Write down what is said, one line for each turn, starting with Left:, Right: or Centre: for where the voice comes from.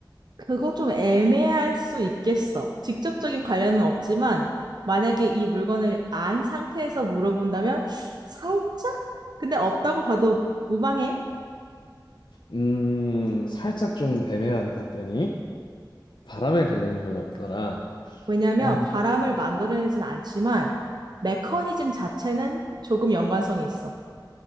Right: 그거 좀 애매할 수 있겠어. 직접적인 관련은 없지만 만약에 이 물건을 안 상태에서 물어본다면 살짝? 근데 없다고 봐도 무방해.
Left: 음, 살짝 좀 애매하네, 답변이. 바람에 관련이 별로 없더라.
Right: 왜냐하면
Left: 음,
Right: 바람을 만들어내진 않지만 메커니즘 자체는 조금 연관성이 있어.